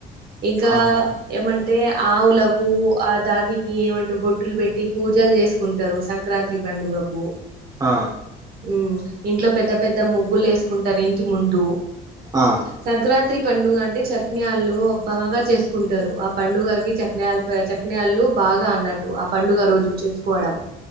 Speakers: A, on the right; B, on the right.
A: ఇంకా
B: ఆహా
A: ఏమంటే అంటే ఆవులకు ఆ దాకి ఏమంటారు బొట్టులు పెట్టి పూజలు చేసుకుంటారు సంక్రాంతి ప పండుగకు
B: హ
A: ఉ ఇంట్లో పెద్ద పెద్ద ముగ్గులు వేసుకుంటారు ఇంటి ముందు
B: ఆ
A: సంక్రాంత్రి పండుగ అంటే చటిన్యలు బాగా చేస్త చసుకుంటారు ఆ పండుగకి చనే చక్నేయాళ్లు బాగా అన్నట్టు ఆ పండుగ రోజు చేసుకోవడం